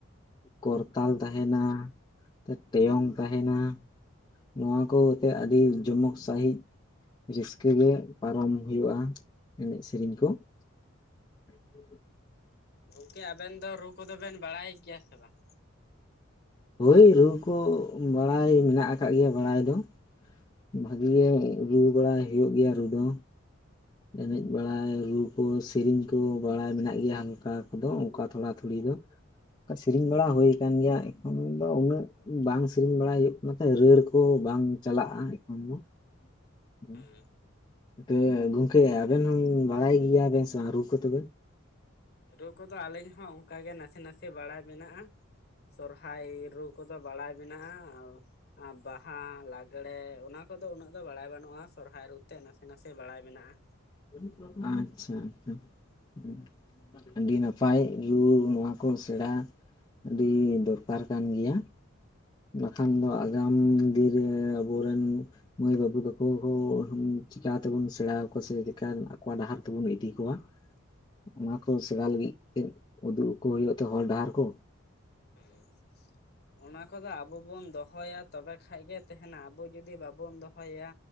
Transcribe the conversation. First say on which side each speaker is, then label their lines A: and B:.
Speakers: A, on the left; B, on the left.
A: ᱠᱚᱨᱛᱟᱞ ᱛᱟᱦᱮᱸᱱᱟ᱾ ᱛᱮ ᱴᱮᱭᱚᱝ ᱛᱟᱦᱮᱸᱱᱟ᱾ ᱱᱚᱣᱟ ᱠᱚ ᱦᱚᱛᱮᱜ ᱟᱹᱰᱤ ᱡᱚᱢᱚᱠ ᱥᱟᱺᱦᱤᱡ ᱨᱟᱹᱥᱠᱟᱹ ᱜᱮ ᱯᱟᱨᱚᱢ ᱦᱩᱭᱩᱜᱼᱟ ᱮᱱᱮᱡ ᱥᱮᱨᱮᱧ ᱠᱚ, ᱦ
B: ᱜᱚᱝᱠᱮ ᱟᱵᱮᱱ ᱫᱚ ᱨᱩ ᱠᱚᱫᱚ ᱵᱮᱱ ᱵᱟᱲᱟᱭ ᱜᱮᱭᱟ ᱥᱮ ᱵᱟᱝ?
A: ᱦᱳᱭ ᱨᱩ ᱠᱚ ᱵᱟᱲᱟᱭ ᱢᱮᱱᱟᱜ ᱠᱟᱜ ᱜᱮᱭᱟ ᱵᱟᱲᱟᱭ ᱫᱚ᱾ ᱵᱷᱟᱜᱤ ᱜᱮ ᱨᱩ ᱵᱟᱲᱟᱭ ᱦᱩᱭᱩᱜ ᱜᱮᱭᱟ ᱨᱩ ᱫᱚ᱾ ᱮᱱᱮᱡ ᱵᱟᱲᱟᱭ ᱨᱩ ᱠᱚ ᱥᱮᱨᱮᱧ ᱠᱚ ᱵᱟᱲᱟᱭ ᱢᱮᱱᱟᱜ ᱜᱮᱭᱟ ᱦᱟᱞᱠᱟ ᱦᱟᱞᱠᱤ ᱫᱚ ᱠᱚᱫᱚ ᱚᱱᱠᱟ ᱛᱷᱚᱲᱟ ᱛᱷᱩᱲᱤ ᱫᱚ᱾ ᱠᱟ ᱥᱮᱨᱮᱧ ᱵᱟᱲᱟ ᱦᱩᱭ ᱟᱠᱟᱱ ᱜᱮᱭᱟ, ᱮᱸ ᱠᱷᱟᱱ ᱫᱚ ᱵᱟᱝ ᱥᱮᱨᱮᱧ ᱵᱟᱲᱟ ᱦᱩᱭᱩᱜ ᱠᱟᱱᱟ ᱛᱟᱦᱮᱸᱫ, ᱨᱟᱹᱲ ᱠᱚ ᱵᱟᱝ ᱪᱟᱞᱟᱜᱼᱟ ᱮᱸᱠᱷᱚᱱ ᱫᱚ᱾ <unintelligible>
B: ᱦᱮᱸ
A: ᱛᱮᱻᱜ ᱜᱚᱝᱠᱮ ᱟᱵᱮᱱ ᱦᱚᱸᱝ ᱵᱟᱲᱟᱭ ᱜᱮᱭᱟ ᱵᱮᱱ ᱥᱮ ᱨᱩ ᱠᱚ ᱛᱚᱵᱮ?
B: ᱨᱩ ᱠᱚᱫᱚ ᱟᱞᱤᱧ ᱦᱚᱸ ᱚᱸᱠᱟ ᱜᱮ ᱱᱟᱥᱮ ᱱᱟᱥᱮ ᱵᱟᱲᱟᱭ ᱢᱮᱱᱟᱜᱼᱟ, ᱥᱚᱨᱦᱟᱭ ᱨᱩ ᱠᱚᱫᱚ ᱵᱟᱲᱟᱭ ᱢᱮᱱᱟᱜᱼᱟᱸ, ᱟᱸ ᱵᱟᱦᱟᱸ ᱞᱟᱜᱽᱬᱮ ᱚᱱᱟ ᱠᱚᱫᱚ ᱩᱱᱟᱹᱜ ᱠᱚᱫᱚ ᱵᱟᱲᱟᱭ ᱵᱟᱱᱩᱜᱼᱟ ᱥᱚᱨᱦᱟᱭ ᱨᱩ ᱛᱮᱫ ᱱᱟᱥᱮ ᱱᱟᱥᱮ ᱵᱟᱲᱟᱭ ᱢᱮᱱᱟᱜᱼᱟ᱾
A: ᱟᱪᱪᱷᱟ ᱟᱪᱪᱷᱟ, ᱦᱩᱸ᱾ ᱟᱹᱰᱤ ᱱᱟᱯᱟᱭ ᱨᱩ ᱱᱚᱣᱟ ᱠᱚ ᱥᱮᱬᱟ ᱟᱹᱰᱤ ᱫᱚᱨᱠᱟᱨ ᱠᱟᱱ ᱜᱮᱭᱟ᱾ ᱵᱟᱠᱷᱟᱱ ᱫᱚ ᱟᱜᱟᱢ ᱫᱤᱨᱮᱸ ᱟᱵᱚᱨᱮᱱ ᱢᱟᱹᱭ ᱵᱟᱹᱵᱩ ᱛᱟᱠᱚ ᱦᱚ ᱦᱩᱸ ᱪᱤᱠᱟᱛᱮᱵᱚᱱ ᱥᱮᱬᱟ ᱦᱟᱠᱚᱣᱟ ᱥᱮ ᱪᱮᱠᱟᱱ ᱟᱠᱚᱣᱟᱜ ᱰᱟᱦᱟᱨ ᱛᱮᱵᱚᱱ ᱤᱫᱤ ᱠᱚᱣᱟ᱾
B: <inaudible>
A: ᱚᱱᱟ ᱠᱚ ᱥᱮᱬᱟ ᱞᱟᱹᱜᱤᱫ ᱛᱮᱫ ᱩᱫᱩᱜ ᱟᱠᱚ ᱦᱩᱭᱩᱜᱼᱟ ᱛᱚ ᱦᱚᱨ ᱰᱟᱦᱟᱨ ᱠᱚ᱾
B: ᱦᱮᱸ, ᱚᱱᱟ ᱠᱚᱫᱚ ᱟᱵᱚ ᱵᱚᱱ ᱫᱚᱦᱚᱭᱟ ᱛᱚ ᱵᱮ ᱠᱷᱟᱡ ᱜᱮ ᱛᱮᱦᱮᱸᱱᱟ, ᱟᱵᱚ ᱡᱩᱫᱤ ᱵᱟᱵᱚᱱ ᱫᱚᱦᱚᱭᱟ